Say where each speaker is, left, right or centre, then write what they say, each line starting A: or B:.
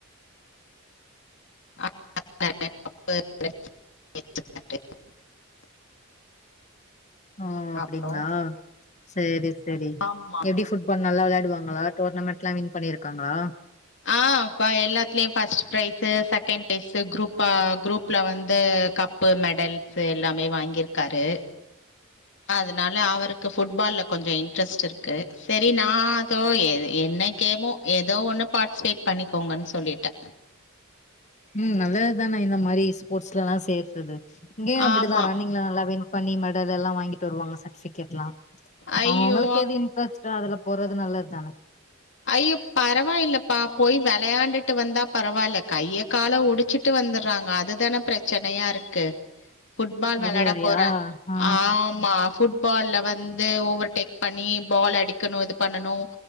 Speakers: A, on the left; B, on the left.
A: <inaudible>
B: ஓ அப்டிங்களா
A: அப்புறம்.
B: சேரி சேரி
A: ஆமா.
B: எப்டி ஃபுட்பால் நல்லா வளயாடுவாங் நலா டோர்னமண்ட்ல வின் பண்ணிருக்காங்களா
A: ஆ ப்ப எல்லாத்லி பஸ்ட் ப்ரைசு செகண்ட் பேசு குரூப்பா குரூப்ல வந்து கப்பு மெடல்ஸ் எல்லாமே வாங்கிருக்காரு அதனால அவருக்கு ஃபுட்பால்ல கொஞ்ச இன்ட்ரெஸ்ட் இருக்கு சேரி நா தோ என்ன கேமோ ஏதோ ஒண்ணு பார்ட்சிபேட் பண்ணிக்கோங்கன் சொல்லிட்டே
B: ம் நல்லதுதான இந்த மாரி ஸ்போர்ட்ஸ்லலா சேர்றது இங்கேயும் அப்படிதா
A: ஆமா
B: ரண்ணிங்ள நல்லா வின் பண்ணி மெடல் எல்லாம் வாங்கிட்டு வருவாங்க சர் சிகட்லா
A: ஐயோ
B: அவங்க அவங்களுக்கு எது இன்ட்ரெஸ்டோ அதுல போறது நல்லது தான
A: ஐயோ பரவாயில்லப்பா போய் விளையாண்டுட்டு வந்தா பரவால்ல கைய கால ஒடிச்சிட்டு வந் வந்துறாங்க அதுதானே பிரச்சனையா இருக்கு ஃபுட்பால் வெளாட
B: அது வேறயா
A: போறன்
B: ஆ
A: ஆமா பால வந்து ஓவெர்டெக் பண்ணி பால் அடிக்கணு இது பண்ணனு